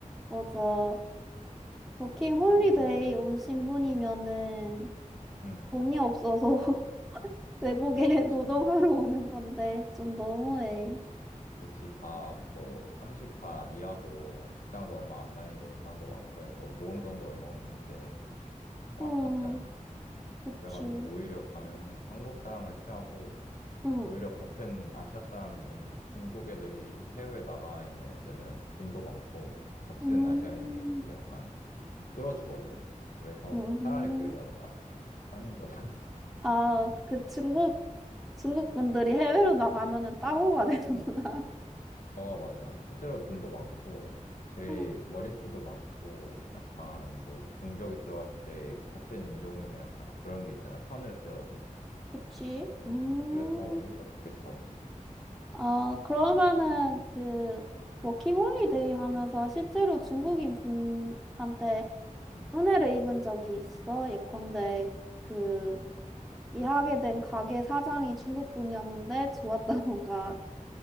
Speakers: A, in the centre; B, on the left (about 75°).
A: 맞아.
B: 그치.
A: 워킹 홀리데이
B: 그래서,
A: 온 신분이면은
B: 음,
A: 돈이 없어서 <laughs> 외국에
B: 그치.
A: <laughs> 노동하러 오는 건데 좀 너무해.
B: 그치. 다, 뭐, 30 다 이하고, 직장도 얼마 안 다니고 온 사람도 많고 해서, 모은 돈도 얼마 없는데, 아깝잖아.
A: 응, 그치.
B: 그래가지고, 오히려 가면은 한국 사람을 피하고,
A: 응,
B: 오히려 같은 아시아 사람인 중국 애들이 해외에 나가 있는 애들은 돈도 많고 같은
A: 음,
B: 아시아인들끼리 약간 끌어주거든. 그래서
A: 음.
B: 차라리 그게 낫다. 한인보다는. <laughs>
A: 아, 그 중국, 중국 분들이 해외로 나가면은 따고가 <laughs> 되는구나.
B: 응. 어, 맞아. 실제로 돈도 많고 제일
A: 응,
B: 머릿수도 많고 약간 뭐 공격이 들어왔을 때 같은 인종이면 약간 그런 게 있잖아. 편을 들어주는.
A: 그치.
B: 이제
A: 음,
B: 그래서 오히려 그게 좋았어.
A: 아, 그러면은 그 워킹홀리데이 하면서 실제로 중국인 분한테
B: 응.
A: 은혜를 입은 적이 있어? 예컨대 그 일하게 된 가게 사장이 중국 분이었는데 좋았다던가
B: 응.